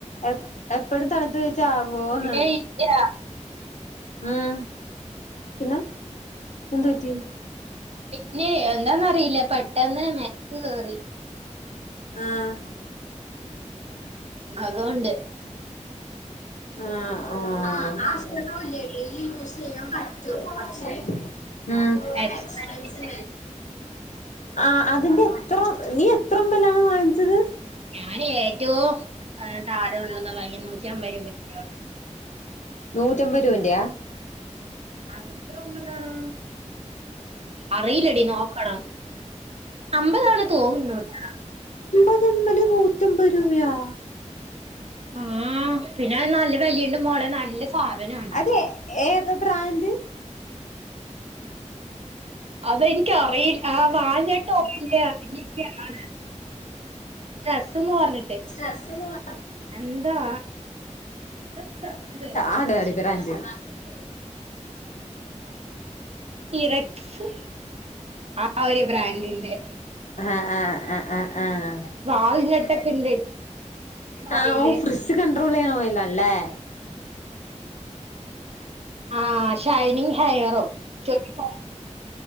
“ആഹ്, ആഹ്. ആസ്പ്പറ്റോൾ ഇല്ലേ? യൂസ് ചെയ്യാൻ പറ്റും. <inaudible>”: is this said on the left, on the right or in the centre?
Left